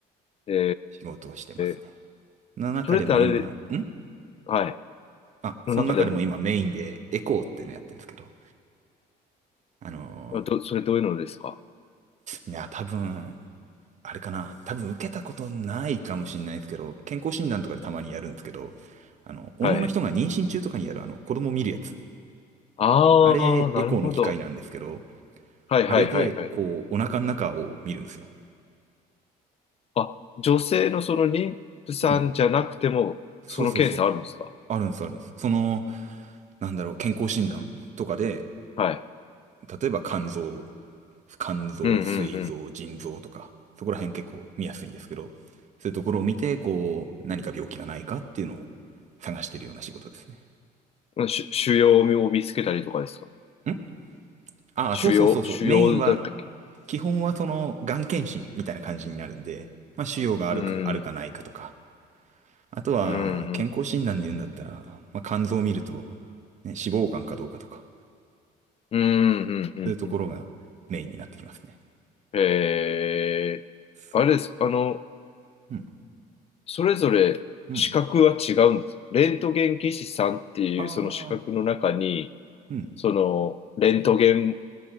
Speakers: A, on the left; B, on the right.
A: え
B: 仕事をしてますね。
A: ー、
B: の中でも今、
A: それってあれで、
B: ん
A: はい。
B: あ、その中でも今メインでエコーっていうのやってるんですけど、
A: の中でも、
B: あの
A: あど、それどういうのですか
B: ーいや、多分、あれかな、多分受けたことないかもしれないですけど、健康診断とかでたまにやるんですけど、あの、女の人が妊娠中とかにやるあの、
A: はい。
B: 子供見るやつ。
A: ああ、
B: あれ、
A: なるほど。
B: エコーの機械なんですけど、
A: はいはいはいはい。
B: あれで、こう、お腹の中を見るんですよ。
A: あ、女性のその妊婦さんじゃなくても、
B: うん。そうそうそう。
A: その検査あるんですか
B: あるんです、あるんです。その、なんだろう、健康診断とかで、
A: はい。
B: 例えば肝臓、肝臓、
A: うんうん
B: 膵臓、腎臓とか、そこら辺結構見やすいんですけど、そういうところを見て、こう、何か病気がないかっていうのを探してるような仕事ですね。
A: うん。し腫瘍を見つけたりとかですか
B: んああ、
A: 腫瘍腫瘍だったっけ
B: そうそうそうそう。メインは、基本はその、がん検診みたいな感じになるんで、まあ、腫瘍があるか、
A: うん。
B: あるかないかとか、あとは、
A: うんうん。
B: 健康診断で言うんだったら、まあ、肝臓を見ると、ね、脂肪肝かどうかとか、
A: うんうんうんうん。
B: そういうところがメインになってきますね。
A: えー、
B: そ
A: あれです。あの、
B: う。うん。
A: それぞれ資格は違うんですかレントゲン技師さんっていうその資格の中に、
B: うん。ああ。うん。
A: その、レントゲン、